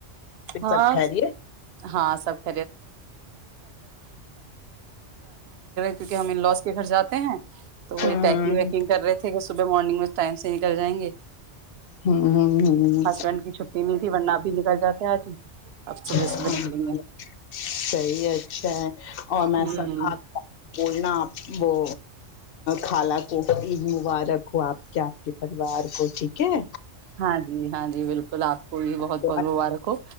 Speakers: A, on the right; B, on the left.
A: ہاں
B: سب خیریت
A: ہاں سب <unintelligible> <unintelligible> کیونکہ ہم ان لوس کے گھر جاتے ہیں تو وہ
B: ہوں
A: پیکنگ ویکنگ کر رہے تھے کہ صبح مارنگ میں <inaudible> نکل جائیں گے
B: ہوں ہوں
A: ہسبینڈ کی چھٹی نہیں تھی ورنہ اب بھی نکل جاتے آج ہی اب صبح
B: ہاں
A: صبح نکلیں گے
B: صحیح اچھا ہے اور میں
A: ہوں
B: سب بولنا <unintelligible> وہ خالہ کو عید مبارک ہو آپ کے آپ کے پریوار کو ٹھیک ہے
A: ہاں جی ہاں جی بالکل ب آپ کو یہ بہت
B: تو
A: بہت مبارک ہو